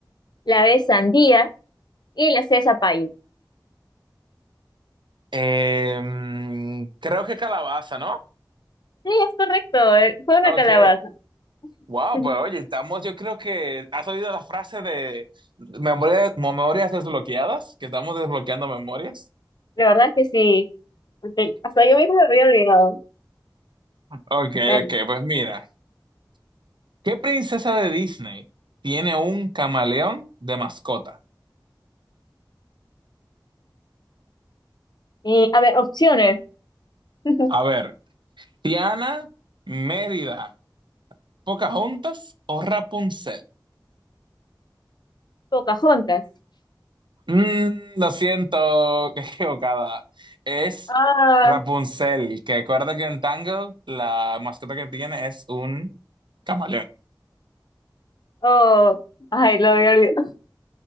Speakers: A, on the left; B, on the right.
A: la B, sandía y la C, zapallo.
B: Em, creo que calabaza, ¿no?
A: Sí, es correcto. eh, Fue una
B: Ok,
A: calabaza.
B: wow,
A: <laughs>
B: pues oye, estamos, yo creo que has oído la frase de memorias, memorias desbloqueadas, que estamos desbloqueando memorias.
A: La verdad es que sí. porque hasta yo mismo me había olvidado.
B: Ok,
A: Dale.
B: ok, pues mira, ¿qué princesa de Disney tiene un camaleón de mascota?
A: Y, a ver, opciones. <laughs>
B: A ver, Tiana, Mérida, Pocahontas o Rapunzel?
A: Pocahontas.
B: Mm, lo siento, <laughs> qué equivocada. Es
A: Ah,
B: Rapunzel, que recuerda que en Tangled la mascota que tiene es un camaleón.
A: Oh, ay, lo había olvidado.